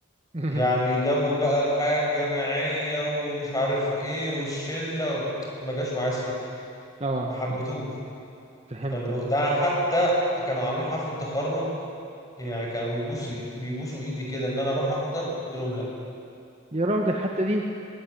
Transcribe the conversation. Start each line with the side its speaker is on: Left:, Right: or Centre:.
Right: <laughs>
Left: يعني جو بقى الحياة الجامعية ومش عارف ايه والشلة ما جاش معايا سكة
Right: اه
Left: ما حبيتوش
Right: مم. فهمتك
Left: فالو... ده حتى كانوا عاملين حفلة تخرج يعني كانوا بيبوسوا بيبوسوا ايدي كده ان انا اروح احضر قلت لهم لا
Right: يا راجل حتى دي